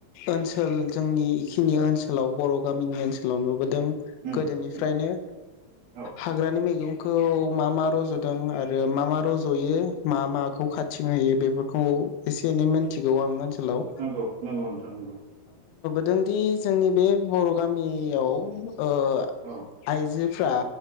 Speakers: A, on the left; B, on the right.
A: ओनस सोल जोंनि इखिनि ओनसोलाव बर गामिनि ओनसोलाव नुबोदों।
B: उम
A: गोदोनिफ्रायनो
B: उम औ
A: हाग्रानि मैगं खौ मा मा रज दों आरो मा मा रजयो मा माखौ खाथिं होयो बेफोरखौ एसे एनै मोनथिगौ आं ओनसोलाव
B: नंगौ नंगौ नोंथां नंगौ।
A: जोंदि जोंनि बे बर' गामियाव ओ
B: औ
A: आइजो फ्रा